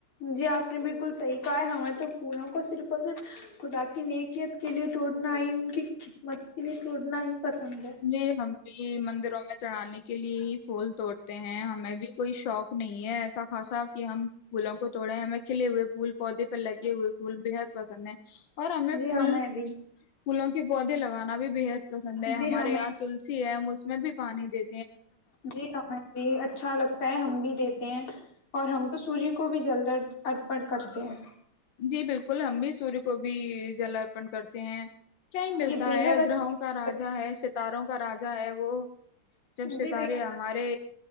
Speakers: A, on the left; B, on the left.
A: جی آپ نے بالکل صحیح کہا ہے ہمیں تو پھولوں کو صرف اور صرف خدا کی نیکیت کے لیے توڑنا ہی ان کی خدمت کے لیے توڑنا ہے پسند
B: جی ہم بھی مندروں میں چڑانانی کے لیے ہی پھول توڑتے ہیں ہمیں بھی کوئی شوق نہیں ہے ایسا خاصا کہ ہم پھولوں کو تووڑے ہمیں کھے ہوئے پھول پودے لگے ہوئے پھول بےحد پس ہے اور ہمیں
A: جی
B: پول
A: بھی
B: پولوں کے پودے لگانا بھی بےحد پسند ہے ہم
A: جی
B: ہمارے
A: ہمیں
B: یہاں تلسی ہے میں بھی پانی دے
A: جی ہمیں بھی اچھا لگتا ہے ہم بھی دیتے ہیں اور ہم تو سورج کو بھی جلد ارپن کرتے ہیں
B: جی بالکل ہم بھی سور کو بھی جل ارپن کرتے ہیں کیا ہی ملتا
A: یہ بےحد
B: ہے
A: اچھی
B: گرہوں
A: بات
B: کا راجا ہے ستاروں کا راجا ہے وہ
A: ہے
B: جب ستارے
A: جی بھیا
B: ہمارے